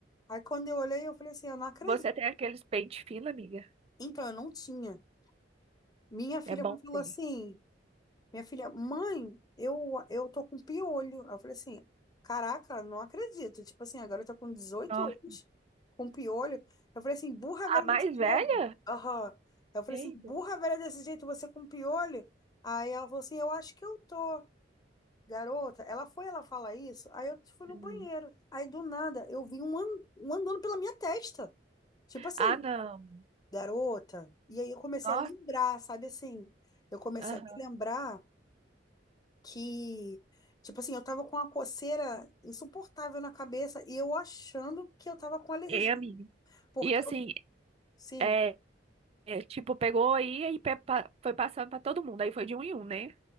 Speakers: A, on the left; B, on the right.
A: Aí quando eu olhei, eu falei assim, eu não acredito.
B: Você tem aqueles pente fino, amiga?
A: Então, eu não tinha. Minha filha
B: É bom
A: falou
B: ter.
A: assim, Minha filha, mãe, eu, eu tô com piolho. Aí Eu falei assim, caraca, não acredito. Tipo assim, agora eu tô com dezoito
B: Nossa.
A: anos, com piolho. Eu falei assim, burra velha
B: A mais
A: desse jeito.
B: velha?
A: Aham. Eu falei
B: Eita.
A: assim, burra velha desse jeito, você com piolho? Aí ela falou assim, eu acho que eu tô. Garota, ela foi, ela fala isso. Aí eu fui no
B: Hum.
A: banheiro. Aí do nada, eu vi um, an- um andando pela minha testa. Tipo assim,
B: Ah, não.
A: garota. E aí eu comecei
B: Nossa,
A: a lembrar, sabe assim? Eu comecei
B: Aham.
A: a lembrar que, tipo assim, eu tava com uma coceira insuportável na cabeça e eu achando que eu tava com alergia,
B: ei, amiga.
A: porque
B: E assim,
A: eu, sim,
B: é, é, tipo, pegou aí e pe- pa- foi passando pra todo mundo. Aí foi de um em um, né?